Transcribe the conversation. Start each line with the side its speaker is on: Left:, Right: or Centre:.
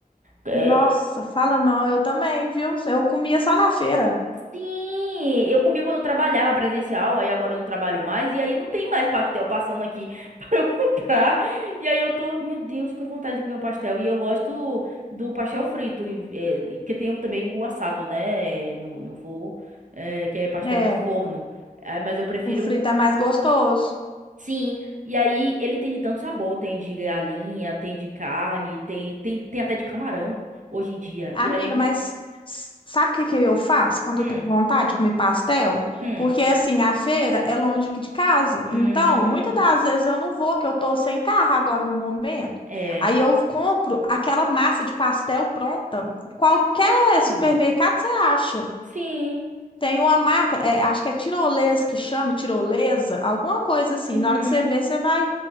Right: É,
Left: Nossa, fala não, eu também, viu? Eu comia só na feira.
Right: Sim, eu comia quando eu trabalhava presencial, aí agora eu não trabalho mais, e aí não tem mais pastel passando aqui <laughs> pra eu comprar. E aí eu tô, meu Deus, que vontade de comer um pastel. E eu gosto do pastel frito, em- é, e- porque tem o- também o assado, né, no, no fogo, é, que é pastel
Left: É,
Right: de forno. É, mas eu prefiro,
Left: o frito é mais gostoso.
Right: sim. E aí ele tem de tanto sabor, tem de galinha, tem de carne, tem, tem, tem até de camarão hoje em dia.
Left: Amiga,
Right: E aí,
Left: mas s- sabe o que que eu faço quando
Right: hum,
Left: eu tô com vontade de comer pastel?
Right: hum,
Left: Porque assim, a feira é longe aqui de casa.
Right: hum,
Left: Então, muitas das vezes eu não vou, que eu tô sem carro agora no momento.
Right: é.
Left: Aí eu compro aquela massa de pastel pronta. Qualquer
Right: hum,
Left: supermercado
Right: Hum.
Left: você acha.
Right: Sim.
Left: Tem uma marca, é, acho que é tirolesa que chama, tirolesa, alguma coisa assim.
Right: Uhum.
Left: Na hora que você vê, você vai